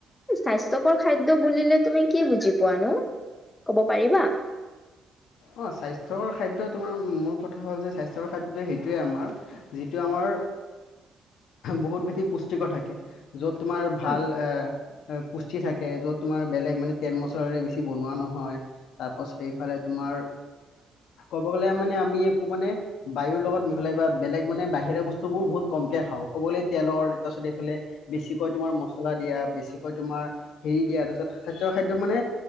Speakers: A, on the left; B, on the left.
A: স্বাস্থ্যকৰ খাদ্য বুলিলে তুমি কি বুজি পোৱা নো? কব পাৰিবা।
B: অ, স্বাস্থ্যৰ খাদ্য তোমাৰ মূল কথা হ'ল যে স্বাস্থ্যৰ খাদ্যটো সেইটোৱেই আমাৰ যিটো আমাৰ বহুত ভেছি পুষ্টিকৰ থাকে য'ত তোমাৰ ভাল
A: উম
B: এ পুষ্টি থাকে য'ত তোমাৰ বেলেগ মানে তেল মচলৰে বেছি বনোৱা নহয়। তাৰপাছত এইফালে তোমাৰ ক'ব গ'লে মানে আমি একো মানে বায়ুৰ লগত মিহলাই বা বেলেগ মানে বাহিৰা বস্তু বোৰ বহুত কমকে খাও ক'বলৈ তেলৰ তাৰপাছত এইফালে বেছিকৈ তোমাৰ মছলা দিয়া বেছিকৈ তোমাৰ হেৰি দিয়া তাৰপিছত খাদ্য খাদ্য মানে